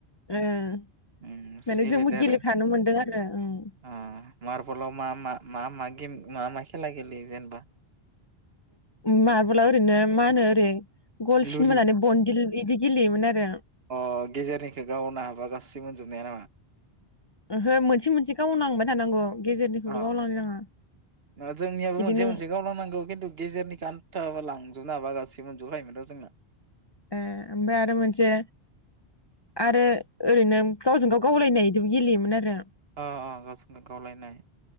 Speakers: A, on the left; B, on the right.
A: ओं
B: उम बिसोर
A: माने
B: गेलेदो
A: जोंबो गेलेफानो
B: आरो
A: मोनदों आरो उम
B: अ मार्बलाव मा मा मा मा गेम मा मा खेला गेलेयो जेनेबा
A: मार्बल ओरैनो मा होनो ओरै गलसिनबनानै
B: लुरि
A: बनदि बिदि गेलेयोमोन आरो
B: अ गेजेरनिखौ गावनो हाबा गाससिबो मोनजोबनाया नामा
A: ओहो मोनसे मोनसे गावलांबाय थानांगौ गेजेरनिखौल'
B: अ
A: गावलांनो नाङा
B: ओ जोंनियाबो
A: इदि
B: मोनसे
A: नों
B: मोनसे गावल नांगौ खिन्थु गेजेरनि आन्थाबाला लांजोब नाबा गाससिबो मोनजोबखायोमोन र जोंना
A: ए ओमफ्राय आरो मोनसे आरो ओरैनो गावजों गाव गावलायनायदि गेलेयोमोन आरो
B: अ अ गावजोंनो गावलायनाय